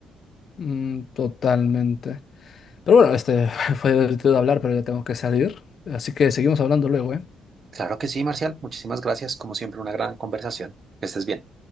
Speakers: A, on the left (about 55°); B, on the right (about 45°).
A: Mm, totalmente. Pero bueno, este <laughs> fue divertido hablar, pero ya tengo que salir. Así que seguimos hablando luego, ¿eh?
B: Claro que sí, Marcial. Muchísimas gracias. Como siempre, una gran conversación. Que estés bien.